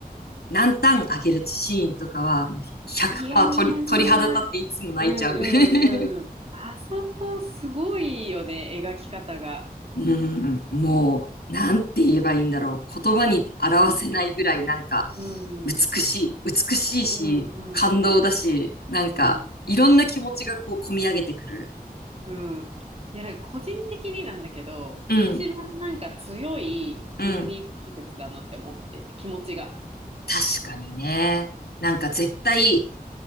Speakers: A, on the left (about 75°); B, on the right (about 40°).
A: ランタンあげるシーンとかは、もう100%
B: いやー。
A: 鳥、鳥肌立っていつも泣いちゃう。
B: うんうんうん。
A: <laughs>
B: あそこすごいよね、描き方が。
A: うん、もう、なんて言えばいいんだろう。言葉に表せないぐらい、なんか、
B: う
A: 美しい、
B: ん。
A: 美しいし、
B: うんう
A: 感動だし、
B: ん
A: なんか、
B: うんうん。
A: いろんな気持ちがこう、込み上げてくる。
B: うん。いや、なんか個人的になんだけど、
A: うん、
B: 一番なんか強いディズニープリンセスだなって思って、
A: うん。
B: 気持ちが。
A: 確かにね。なんか、絶対、